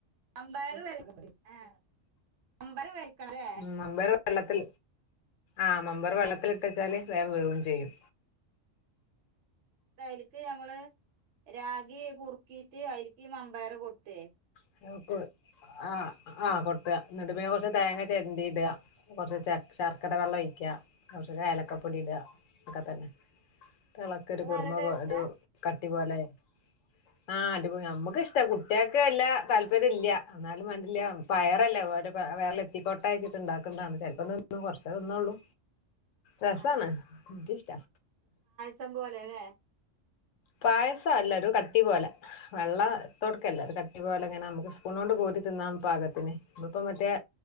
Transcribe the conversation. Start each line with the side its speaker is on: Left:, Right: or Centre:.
Right: വൻമ്പയർ വെ ഏഹ് മമ്പയർ വെര്കണല്ലേ
Left: ഉം മമ്പയർ വെള്ളത്തിൽ ആഹ് മമ്പയർ വെള്ളത്തിലിട്ടെച്ചാല് വേം വേവും ചെയ്യും
Right: ഇതയില്ക്ക് ഞമ്മള് രാഗി കുറുക്കീട്ട് അയില്ക്ക് ഈ മമ്പയർ കൊട്ടെ
Left: പിന്നെ ഉപ്പ് ആഹ് ആഹ് കൊട്ടാ ഇന്ന്ട്ട് പിന്നെ കൊറച്ച് തേങ്ങ ചെരണ്ടി ഇടാ കൊറച്ച് ച ശർക്കര വെള്ളം ഒഴിക്കാ കൊറച്ച് ഏലക്കപ്പൊടി ഇടാ ഒക്കെ തന്നെ തെളക്കരുത്
Right: അത്
Left: കുറുമ
Right: നല്ല ടേസ്റ്റാ
Left: വാടു കട്ടി പോലായി ആഹ് അടിപൊളിയാ നമ്മക്ക്ഷ്ട കുട്ട്യക്ക് വെല്ലാ താല്പര്യല്ല എന്നാലും മാണ്ടില്ല്യാ പയറല്ലെ ഓലെ പ വയറില് എത്തിക്കോട്ടെച്ചിട്ട് ഇണ്ടാക്ക്ന്നാണ് ചെലപ്പം തി ന്നും കൊറച്ചെ തിന്നോള്ളു രസാണ്
Right: ആ
Left: ഇനിക്കി ഇഷ്ടാ
Right: സംഭവം അല്ലേല്ലേ
Left: പായസ അല്ല ഒരു കട്ടി പോലെ വെള്ള തോട്ക്കല്ലാ ഒര് കട്ടി പോല ഇങ്ങനെ നമുക്ക് സ്പൂണോണ്ട് കോരി തിന്നാം പാകത്തിന് ഇതിപ്പം മറ്റേ